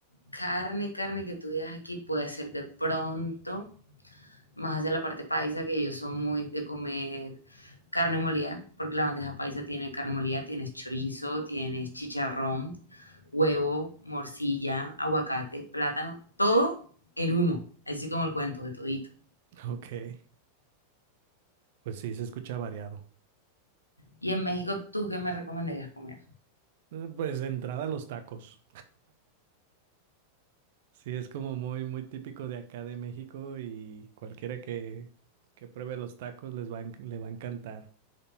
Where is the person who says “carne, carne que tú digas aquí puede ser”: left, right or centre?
Left